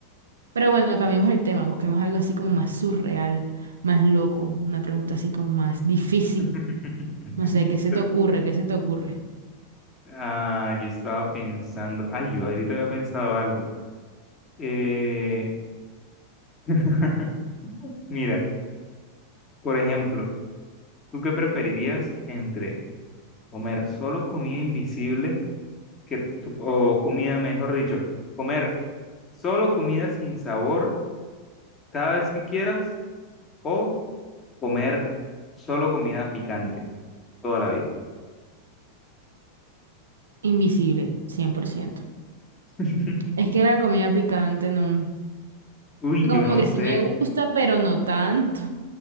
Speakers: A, on the right; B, on the left.
A: Pero bueno, cambiemos el tema, busquemos algo así como más surreal, más loco, una pregunta así como más difícil.
B: <laughs>
A: No sé, ¿qué
B: Sí,
A: se
B: lo-
A: te ocurre? ¿Qué se te ocurre?
B: Ah, yo estaba pensando, ay, yo ahorita había pensado algo. Eh, <laughs> mira, por ejemplo, ¿tú qué preferirías entre comer solo comida invisible que, tú- o comida, mejor dicho, comer solo comida sin sabor cada vez que quieras o comer solo comida picante toda la vida?
A: Invisible, cien por ciento
B: <laughs>
A: Es que la comida picante no.
B: Uy,
A: Como
B: yo no
A: que
B: sé.
A: sí me gusta, pero no tanto.